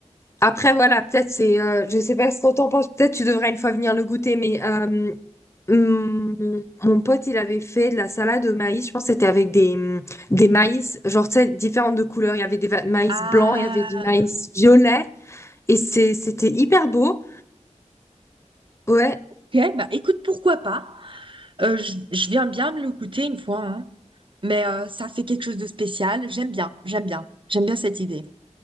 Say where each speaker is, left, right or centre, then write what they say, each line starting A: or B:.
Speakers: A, on the left; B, on the right.
A: après, voilà, peut-être c'est... euh, je sais pas ce qu'on t'en pense, peut-être tu devrais une fois venir le goûter, mais euh, hum, mon pote, il avait fait de la salade de maïs, je pense que c'était avec des, hum, des maïs, genre, tu sais, différentes de couleurs. Il y avait des va- maïs
B: Ah,
A: blancs, il y avait du maïs violet, et c'est, c'était hyper beau. Ouais,
B: ok, bah écoute, pourquoi pas? Euh, je, je viens bien me le goûter une fois, hein. Mais euh, ça fait quelque chose de spécial. J'aime bien, j'aime bien, j'aime bien cette idée.